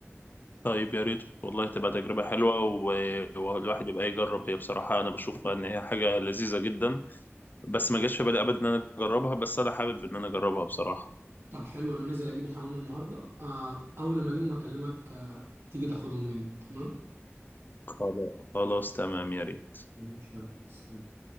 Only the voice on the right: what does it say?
طب حلو انا نازل اجيب الحمام النهارده آه، اول لما اجيبهم اكلمك آه، تيجي تاخدهم مني تمام
ماشي يلا سلام.